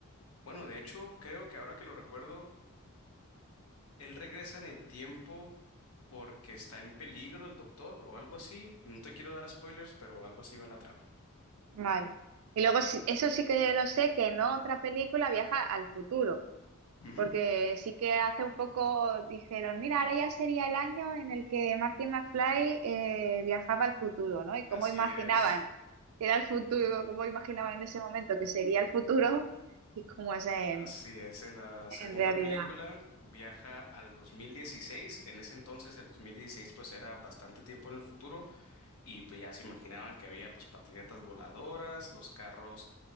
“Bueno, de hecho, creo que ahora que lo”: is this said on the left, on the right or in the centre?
Left